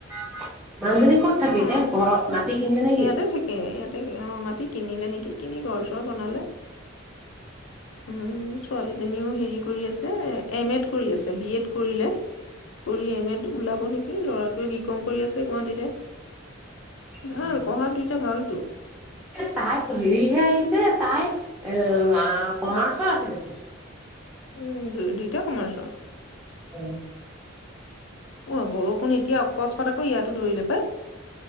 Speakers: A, in the centre; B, on the left.
A: <unintelligible> ক'ত থাকি
B: পাওঁ
A: দে ঘৰত মাতি কিনিলে নেকি?
B: ইয়াতে থাকে ইয়াতে অ মাটি কিনিলে নেকি, কিনি ঘৰ চৰ বনালে। উম, ছোৱালীজনীও হেৰি কৰি আছে এম এড কৰি আছে বি এড কৰিলে কৰি এম এড ওলাব নেকি ল'ৰাটোৱে বি কম কৰি আছে গুৱাহাটীতে।
A: এ
B: ভাল পঢ়াত দুইটা ভালতো
A: তাই হেৰিহে আহিছে। তাই এ কমাৰ্চৰ আছিল নেকি?
B: উম, দু দুইটা কমাৰ্চৰ।
A: উম।
B: অ', বৰষুণ এতিয়া অকস্মাত আকৌ ইয়াতো ধৰিলে পাই।